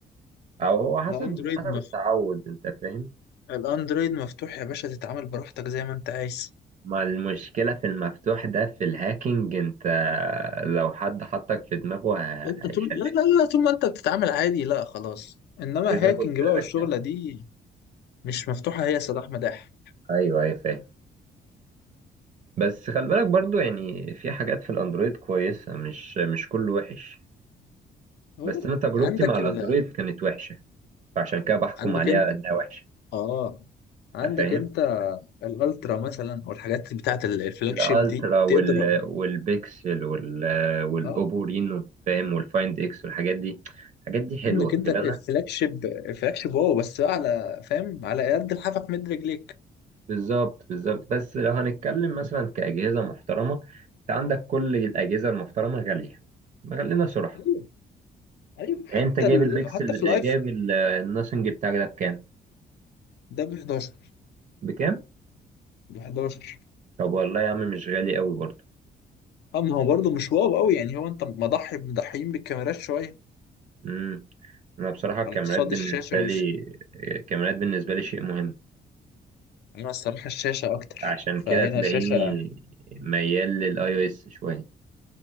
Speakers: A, on the right (about 50°); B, on the left (about 80°).
A: او هو حسب
B: الاندرويد
A: حسب
B: مف...
A: التعود انت فاهم
B: الاندرويد مفتوح يا باشا تتعامل براحتك زي ما انت عايز
A: ما المشكله في المفتوح ده في الهاكينج انت لو حد حطك في دماغه ه-
B: انت
A: هيشلك
B: طول لا لا لا طول ما انت بتتعامل عادي لا خلاص انما
A: لازم
B: هاكينج
A: تاخد بالك
B: بقى والشغله
A: ها
B: دي مش مفتوحه هي يا صلاح مداح
A: ايوه ايوه فاهم بس خلي بالك برضو يعني في حاجات في الاندرويد كويسه مش مش كله وحش
B: أوه.
A: بس انا تجربتي
B: عندك
A: مع الاندرويد
B: ال...
A: كانت وحشه فعشان كده بحكم
B: عندك
A: عليها
B: انت
A: انها وحشه
B: اه عندك
A: انت فاهم
B: انت الالترا مثلا والحاجات بتاعت الفلاج
A: الالترا
B: شيب دي
A: وال...
B: تضرب
A: والبيكسل وال... والاوبو
B: اه
A: رينو فاهم والفايند اكس والحاجات دي الحاجات دي حلوه
B: عندك انت
A: غير
B: الفلاج
A: انا
B: شيب الفلاج شيب واو بس بقى على فاهم على قد الحافك مد رجليك
A: بالظبط بالظبط بس لو هنتكلم مثلا كاجهزه محترمه انت عندك كل الاجهزه المحترمه غاليه غالينا صراحه
B: ايوه ايوه حتى
A: يعني انت جايب
B: ال...
A: البيكسل
B: حتى في الايفون
A: جايب ال- الناثينج بتاعك ده بكام
B: ده ب 11
A: بكام
B: ب 11
A: طب والله يا عم مش غالي قوي برضه
B: اما هو برضه مش واو قوي يعني هو انت مضحي مضحيين بالكاميرات شويه
A: امم انا بصراحه الكاميرات
B: على قصاد
A: بالنسبه
B: الشاشه وش
A: لي الكاميرات بالنسبه لي شيء مهم
B: انا الصراحه الشاشه اكتر
A: عشان كده
B: فهنا
A: تلاقيني
B: الشاشه
A: ميال للاي او اس شويه